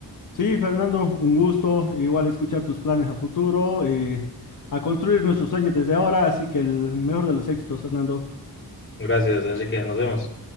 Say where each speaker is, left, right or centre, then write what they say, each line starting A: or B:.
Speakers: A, on the left; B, on the left.
A: Sí, Fernando, un gusto igual escuchar tus planes a futuro, eh, a construir nuestros sueños desde ahora, así que el mejor de los éxitos, Fernando.
B: Gracias, Enrique. Nos vemos.